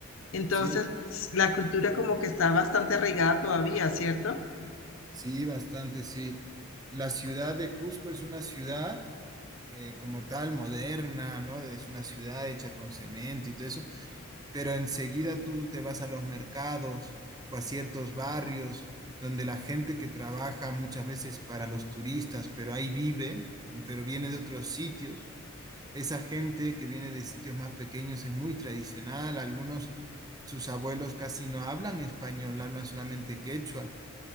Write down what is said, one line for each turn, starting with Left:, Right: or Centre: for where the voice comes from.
Left: Entonces,
Right: ¿Sí?
Left: pues la cultura como que está bastante arraigada todavía, ¿cierto?
Right: Sí, bastante, sí. La ciudad de Cusco es una ciudad eh, como tal, moderna, ¿no? Es una ciudad hecha con cemento y todo eso, pero enseguida tú te vas a los mercados o a ciertos barrios donde la gente que trabaja muchas veces para los turistas, pero ahí vive, pero viene de otros sitios. Esa gente que viene de sitios más pequeños es muy tradicional. Algunos, sus abuelos casi no hablan español, hablan solamente quechua.